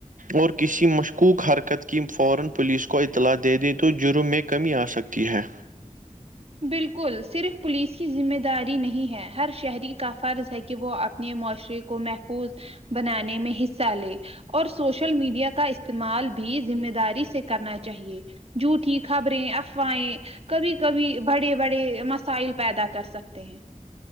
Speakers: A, on the right; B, on the right.
A: اور کسی مشکوک حرکت کی فورا پولیس کو اطلاع دے دیں تو جرم میں کمی آ سکے تی ہے
B: بالکل صرف پولیس کی ذمہ داری نہیں ہے ہر شہری کا فرض ہے کہ وہ اپنے معاشرے کو محفوظ بنانے میں حصہ لے اور سوشل میڈیا کا استعمال بھی ذمہ داری سے کرنا چاہیے جھوٹھی خبریں افواہیں کبھی کبھی بڑے بڑے مسائل پیدا کر سکتے ہیں